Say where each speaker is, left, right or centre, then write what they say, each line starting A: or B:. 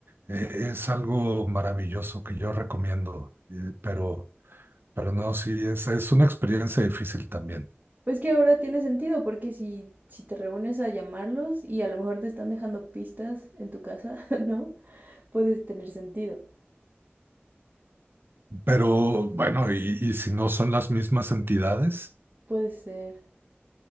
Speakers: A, on the right; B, on the right.
A: eh, es algo maravilloso que yo recomiendo. eh, pero, pero no, sí, es, es una experiencia difícil también.
B: Pues que ahora tiene sentido, porque si, si te reúnes a llamarlos y a lo mejor te están dejando pistas en tu casa, <laughs> ¿no? Puedes tener sentido.
A: Pero bueno, y, y si no son las mismas entidades.
B: Puede ser.